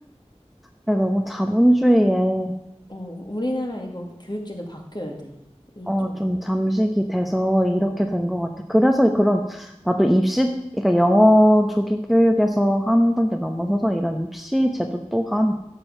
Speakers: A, in the centre; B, on the left.
A: 근데 너무 자본주의에,
B: 어, 우리나라 이거 교육제도 바뀌어야 돼. 이
A: 어,
B: 좀,
A: 좀 잠식이 돼서 이렇게 된 것 같아. 그래서 그런, 나도 입시, 그러니까 영어 조기 교육에서 한 단계 넘어서서 이런 입시 제도 또한